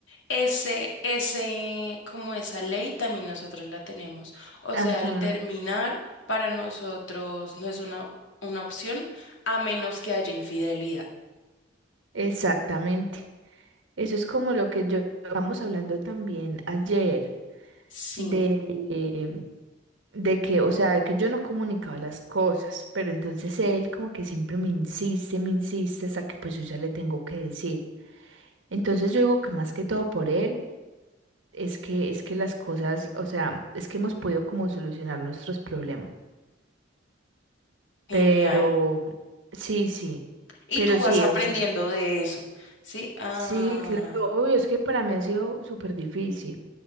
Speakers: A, on the left; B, on the right.
A: Ese, ese, como esa ley también nosotros la tenemos. O
B: Ajá,
A: sea, el terminar para nosotros no es una, una opción a menos que haya infidelidad.
B: exactamente. Eso es como lo que yo estábamos hablando también ayer
A: Sí,
B: Sí. de, de que, o sea, de que yo no comunicaba las cosas, pero entonces él como que siempre me insiste, me insiste hasta que pues yo ya le tengo que decir. Entonces yo digo que más que todo por él es que es que las cosas, o sea, es que hemos podido como solucionar nuestros problemas.
A: genial.
B: Pero sí, sí.
A: Y
B: Pero
A: tú
B: sí,
A: vas aprendiendo
B: o sea,
A: de eso. Sí, ah,
B: Sí, claro, obvio, es que para mí ha sido súper difícil,